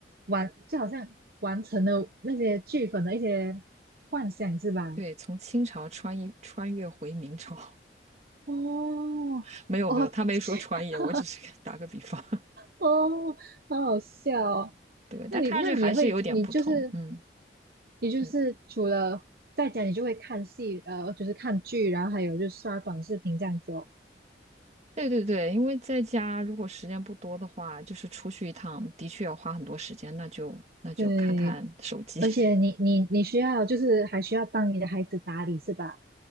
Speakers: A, on the right; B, on the right.
A: 完，就好像完成了那些剧粉的一些幻想，是吧？
B: 对，从清朝穿一穿越回明朝，
A: 哦，
B: <laughs> 没有没有，
A: 哦，
B: 他没说穿越，
A: 这 <laughs>
B: 我只是 <laughs> 打个比方。
A: 哦，好好笑哦。
B: 对，但看上去还是有点不同。
A: 那你那你也会，你就是
B: 嗯，
A: 你就是除了在家，
B: 你
A: 你就会看戏，呃，就是看剧，然后还有就是刷短视频这样子哦。
B: 对对对，因为在家如果时间不多的话，就是出去一趟的确要花很多时间，那就那就看看手机。
A: 对，而且你你你需要就是还需要帮你的孩子打理，是吧？